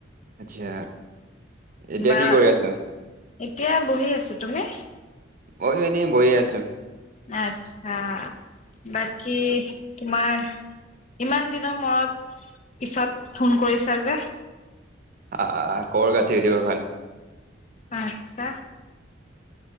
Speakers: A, on the right; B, on the left.
A: আচ্ছা এতিয়া
B: বা,
A: কি কৰি আছা
B: এতিয়া বহি আছো। তুমি?
A: মইয়ো এনেই বহি আছো।
B: আচ্ছা বাকী তোমাৰ ইমান দিনৰ মূৰত, পিছত ফোন কৰিছা যে?
A: আহ কৰ কাটি দিব
B: আচ্ছা